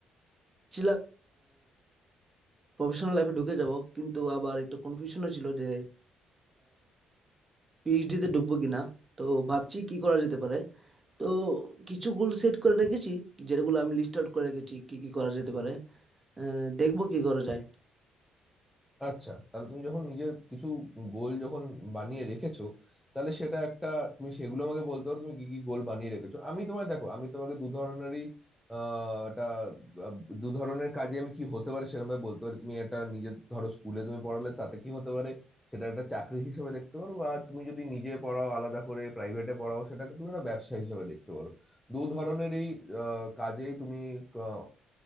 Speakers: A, on the right; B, in the centre.
A: ছিলাম প্রফেশনাল লাইফে ঢুকে যাব কিন্তু আবার একটু কনফিউশনও ছিল যে পিএইচডি তে ঢুকবো কিনা। তো ভাবছি কি করা যেতে পারে। তো কিছু গোল সেট করে রেখেছি যেগুলো আমি লিস্ট আউট করে রেখেছি কি কি করা যেতে পারে। আহ, দেখবো কি করা যায়।
B: আচ্ছা তাহলে তুমি যখন নিজের কিছু গোল যখন বানিয়ে রেখেছো তাহলে সেটা একটা তুমি সেগুলো আমাকে বলতে পারো তুমি কি কি গোল বানিয়ে রেখেছো আমি তোমায় দেখো আমি তোমাকে দু ধরনেরই আহ একটা, আহ, দু ধরনের কাজে আমি কি হতে পারে সেরকম ভাবে বলতে পারি তুমি একটা নিজের ধরো স্কুলে তুমি পড়ালে তাতে কি হতে পারে সেটা একটা চাকরি হিসেবে দেখতে পারো বা তুমি যদি নিজে পড়াও আলাদা করে প্রাইভেটে পড়াও সেটাকে তুমি একটা ব্যবসা হিসেবে দেখতে পারো দু ধরনেরই আহ, কাজে তুমি আহ,